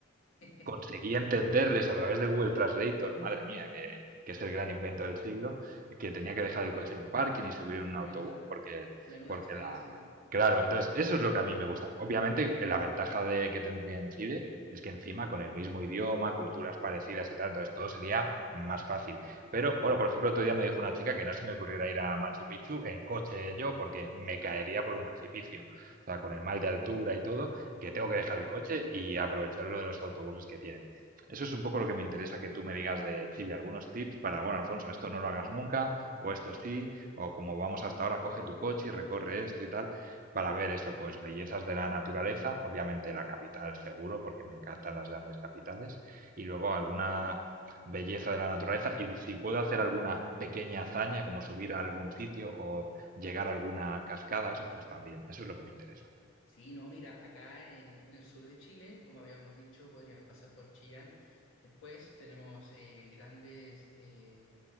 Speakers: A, on the left; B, on the right.
A: <laughs>
B: conseguía entenderles a través de Google Translator, madre mía, que, que es el gran invento del siglo, que tenía que dejar el coche en un parking y subir en un autobús
A: Menuda,
B: porque,
A: menuda
B: porque
A: experiencia,
B: la...
A: ¿no?
B: Claro, entonces eso es lo que a mí me gusta. Obviamente, eh, la ventaja de que tendría en Chile es que encima con el mismo idioma, culturas parecidas y tal, entonces todo sería más fácil. Pero, bueno, por ejemplo, otro día me dijo una chica que no se me ocurriera ir a Machu Picchu en coche yo porque me caería por un precipicio. O sea, con el mal de altura y todo, que tengo que dejar el coche y aprovechar uno de los autobuses que tienen. Eso es un poco lo que me interesa que tú me digas de Chile, algunos tips para, bueno, Alfonso, esto no lo hagas nunca, o esto sí, o como vamos hasta ahora, coge tu coche y recorre esto y tal, para ver eso, pues bellezas de la naturaleza, obviamente la capital seguro, porque me encantan las grandes capitales, y luego alguna belleza de la naturaleza y si puedo hacer alguna pequeña hazaña como subir a algún sitio o llegar a alguna cascada, eso pues también, eso es lo que me interesa.
A: Sí, no, mira, acá en, en el sur de Chile, como habíamos dicho, podrías pasar por Chillán. Después tenemos eh, grandes eh,